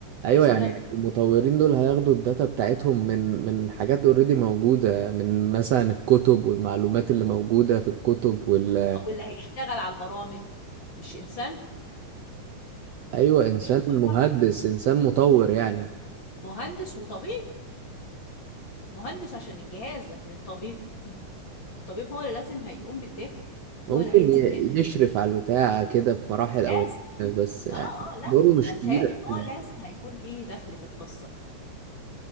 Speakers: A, on the right (about 70°); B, on the left (about 40°).
A: ايوه
B: مسؤوله
A: يعني
B: إن-
A: المطورين دول هياخدوا الداتا بتاعتهم من من حاجات اوريدي موجودة من مثلا الكتب والمعلومات اللي موجودة في الكتب وال
B: واللي هيشتغل على البرامج مش انسان
A: ايوه انسان
B: مش بشر.
A: مهندس انسان مطور يعني
B: مهندس وطبيب مهندس عشان الجهاز لكن الطبيب الطبيب هو اللي لازم هيقوم بالداتا
A: ممكن
B: هو اللي هيدي
A: ي-
B: الداتا
A: يشرف على البتاع كده في مراحل أول
B: لازم
A: بس يعني
B: اه اه لا
A: دوره مش
B: انا متهيألي
A: كبير قد
B: ان هو
A: يعني.
B: لازم هيكون ليه دخل في القصه